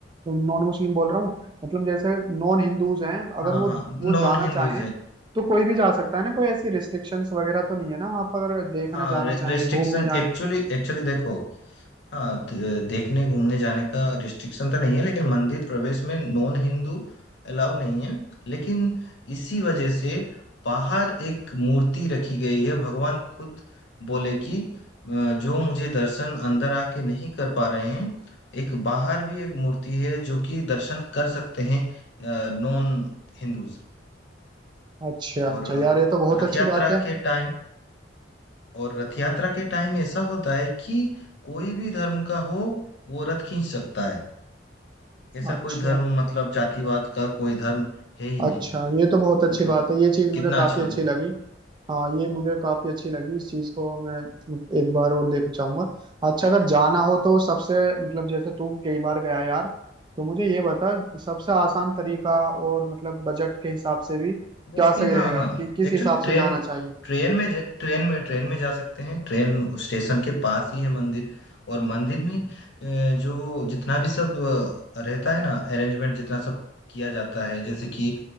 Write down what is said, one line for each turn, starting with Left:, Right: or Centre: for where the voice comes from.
Right: नॉन मुस्लिम बोल रहा हूँ मतलब जैसे नॉन हिंदूज हैं अगर
Left: हाँ
Right: वो
Left: हाँ
Right: वो
Left: नॉन
Right: जाना
Left: हिंदूज
Right: चाहें
Left: है
Right: तो कोई भी जा सकता है ना कोई ऐसी रिस्ट्रिक्शंस वगैरह तो नहीं है ना वहाँ पर अगर देखना
Left: हाँ
Right: जाना
Left: रे,
Right: चाहें
Left: रेस्ट्रिक्शन
Right: घूमने जाएं
Left: एक्चुअली एक्चुअली देखो हाँ द- देखने घूमने जाने का रिस्ट्रिक्शन तो नहीं है लेकिन मंदिर प्रवेश में नॉन हिंदू अलाउ नहीं है लेकिन इसी वजह से बाहर एक मूर्ति रखी गई है भगवान खुद बोले कि अ, जो मुझे दर्शन अंदर आके नहीं कर पा रहे हैं एक बाहर भी एक मूर्ति है जो कि दर्शन कर सकते हैं नॉन हिंदूज
Right: अच्छा अच्छा
Left: और
Right: यार ये तो बहुत
Left: रथ
Right: अच्छी
Left: यात्रा
Right: बात है
Left: के टाइम और रथ यात्रा के टाइम ऐसा होता है कि कोई भी धर्म का हो वो रथ खींच सकता है ऐसा
Right: अच्छा
Left: कोई धर्म मतलब जातिवाद का कोई धर्म है ही नहीं
Right: अच्छा ये तो बहुत अच्छी
Left: मतलब
Right: बात है ये चीज़ मुझे
Left: कितना
Right: काफ़ी
Left: अच्छी बात
Right: अच्छी
Left: है
Right: लगी हाँ ये मुझे काफ़ी अच्छी लगी इस चीज़ को मैं एक बार और देखना चाहूंगा अच्छा अगर जाना हो तो सबसे मतलब जैसे तू कई बार गया यार तो मुझे ये बता सबसे आसान तरीका और मतलब बजट के हिसाब से भी
Left: जैसे
Right: क्या सही
Left: कि
Right: रहेगा
Left: हाँ हाँ
Right: कि किस
Left: एक्चुअली
Right: हिसाब
Left: ट्रेन
Right: से जाना चाहिए
Left: ट्रेन में ज- ट्रेन में ट्रेन में जा सकते हैं ट्रेन स्टेशन के पास ही है मंदिर और मंदिर में अ, जो जितना भी सब अ, रहता है ना अरेंजमेंट जितना सब किया जाता है जैसे कि